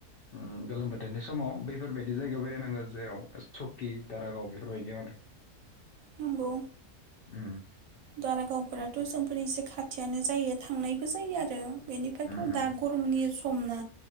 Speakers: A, on the left; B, on the right.
A: ओम गोलोम बोथोरनि समाव बे फोरबायदि जायगायाव बेरायनांगौ जेराव सकि दारागाव बेफोरबायदियाव आरो
B: नंगौ
A: उम
B: दारागावफोराथ' जोंफोर एसे खाथियानो जायो थांनायबो जायो आरो बेनिफ्रायथ'
A: उम
B: दा
A: उम
B: गरमनि समना